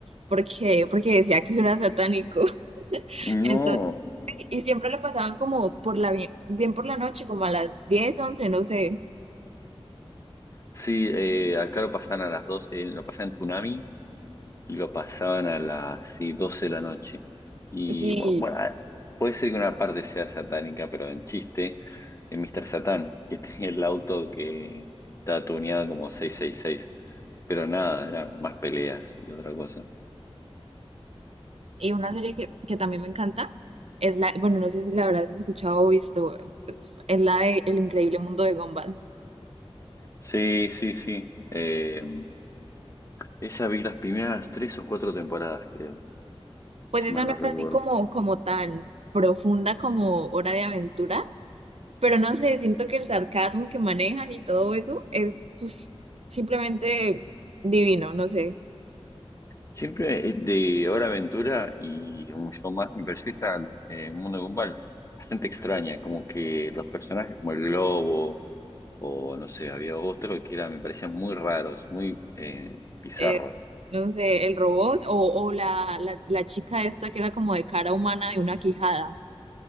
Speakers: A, on the right; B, on the left.
A: porque, porque decía que eso era satánico. <laughs>
B: no,
A: Entonces, y siempre lo pasaban como por la bien, bien por la noche, como a las 10 once no sé.
B: sí, eh, acá lo pasaban a las 2. eh, lo pasaban en Toonami y lo pasaban a las sí, 12 de la noche. Y
A: Sí,
B: bueno, bueno, ah, puede ser que una parte sea satánica, pero en chiste, en Mr. Satán, que <laughs> tenía el auto que estaba tuneado como seiscientos sesenta y seis. Pero nada, eran más peleas y otra cosa.
A: y una serie que, que también me encanta es la, bueno, no sé si la habrás escuchado o visto, pues, es la de El increíble mundo de Gumball.
B: Sí, sí, sí. Eh, esa vi las primeras tres o cuatro temporadas, creo,
A: Pues
B: si
A: esa
B: mal
A: no
B: no
A: es
B: recuerdo.
A: así como, como tan profunda como Hora de Aventura, pero no sé, siento que el sarcasmo que manejan y todo eso es pues, simplemente divino, no sé.
B: Siempre eh, de Hora Aventura y un show más me pareció esa eh, Mundo de Gumball bastante extraña, como que los personajes como el globo o no sé, había otro que era, me parecían muy raros, muy eh, bizarros.
A: eh, no sé, el robot o, o la, la, la chica esta que era como de cara humana de una quijada.